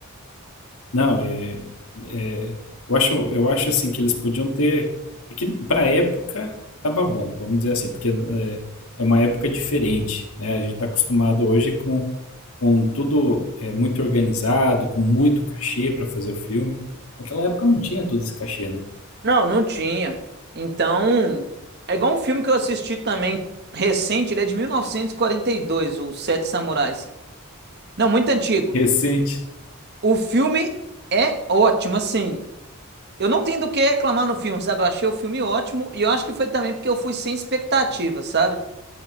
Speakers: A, on the left; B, on the right.
A: Não, é, é, eu acho, eu acho assim que eles podiam ter. É que para época tava bom, vamos dizer assim, porque é, é uma época diferente, né? A gente está acostumado hoje com, com tudo é, muito organizado, com muito cachê para fazer o filme. Naquela época não tinha todo esse cachê, né?
B: Não, não tinha. Então, é igual um filme que eu assisti também recente, ele é de mil novecentos e e quarenta e dois, o Sete Samurais. Não, muito antigo.
A: Recente.
B: O filme é ótimo, assim. Eu não tenho do que reclamar no filme, sabe? Eu achei o filme ótimo e eu acho que foi também porque eu fui sem expectativa, sabe?